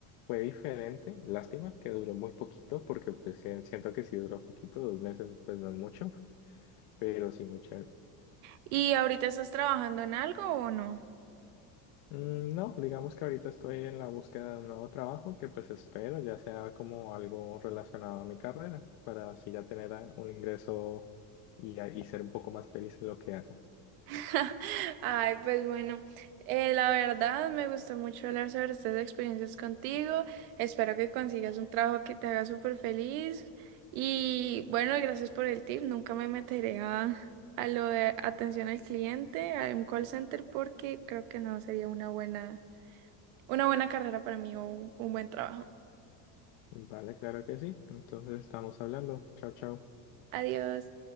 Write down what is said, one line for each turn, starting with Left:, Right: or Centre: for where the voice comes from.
Left: fue diferente, lástima que duró muy poquito, porque pues sí, siento que sí duró poquito, dos meses pues no es mucho, pero sí muy chévere.
Right: ¿Y ahorita estás trabajando en algo o no?
Left: Mm, No, digamos que ahorita estoy en la búsqueda de un nuevo trabajo que pues espero ya sea como algo relacionado a mi carrera, para así ya tener ah, un ingreso y, y ser un poco más feliz en lo que hago.
Right: <laughs> Ay, pues bueno, eh, la verdad me gustó mucho hablar sobre estas experiencias contigo. Espero que consigas un trabajo que te haga súper feliz. Y bueno, gracias por el tip. Nunca me meteré a, a lo de atención al cliente, a un call center, porque creo que no sería una buena, una buena carrera para mí o un buen trabajo.
Left: Vale, claro que sí, entonces estamos hablando, chao, chao.
Right: Adiós.